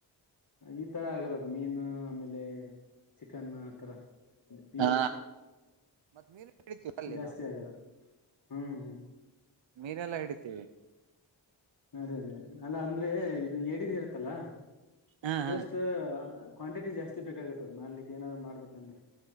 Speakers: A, on the left; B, on the right.
A: ಈ ತರ ಆಗಲ್ಲ ಅದು ಮೀನು ಆಮೇಲೆ ಚಿಕನ್ ಆತರ ಈ
B: ಹಾ ಮತ್ ಮೀನ್ ಹಿಡಿತೀವಿ ಅಲ್ಲಿ
A: ಜಾಸ್ತಿ
B: ನಾವು
A: ಆಗಲ್ಲ ಹ್ಮ್ ಹ್ಮ್
B: ನೀರೆಲ್ಲಾ ಹಿಡಿತೇವಿ
A: ಅದೇ ಅದೇ ಅಲ್ಲ ಅಂದ್ರೆ ಇದು ಎಡಿದ್ ಇರತ್ತಲ್ಲ
B: ಹಾ
A: ಇದ್ರಷ್ಟ
B: ಹಾ
A: ಕ್ವಾಂಟಿಟಿ ಜಾಸ್ತಿ ಬೇಕಾಗತ್ತ ಅದು ಮಾಡ್ಲಿಕ್ಕೆ ಏನಾದ್ರು ಮಾಡ್ಬೇಕಂದ್ರೆ